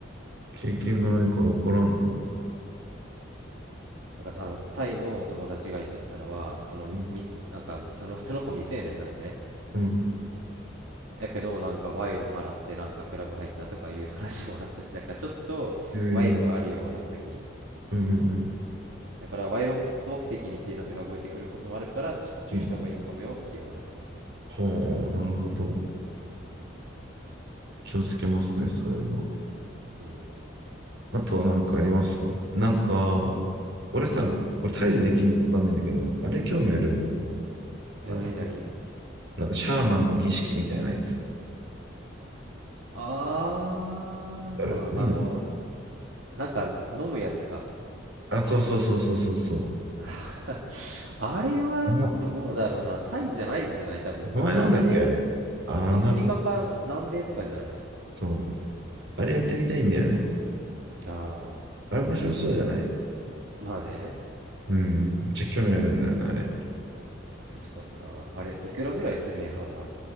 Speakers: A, on the right; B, on the right.
A: 経験がないから分からんな。
B: うなんかあのタイの友達が言っとったのはそのミスなんかその、
A: うん。
B: <laughs> その子未成年なのね
A: うん。
B: やけどなんか賄賂払ってなんかクラブ入ったとかいう話もあったしだからちょっと賄賂があるような国
A: ええ、うんうん
B: だから賄賂目的に警察が動いてくることもあるからちょっと注意した方がいいかもよっていう話ね
A: うん。うん。はあ、なるほど。気をつけますね、そういうのは。
B: うん
A: あとは何かありますかなんか、俺さ、これタイでできるのか分かんないんだけど、
B: うん
A: あれ興味あるんだよね。
B: うんえなになに
A: あの、なんかシャーマンの儀式みたいなやつ。
B: あーあの
A: ある。なんだっけ
B: なんか飲むやつか
A: あ、そうそうそうそうそうそ
B: <laughs> あれはどうだろうなタイじゃないんじゃない多分南米
A: う。あの名前なんだっけ、あれ。あな、
B: アフリカか南米とかじゃない
A: そう。あれやってみたいんだよね。
B: ああ
A: あれ面白そうじゃない
B: ーまあね
A: うん。めっちゃ興味あるんだよな、あれ。
B: 確かになあれいくらぐらいするんやろうな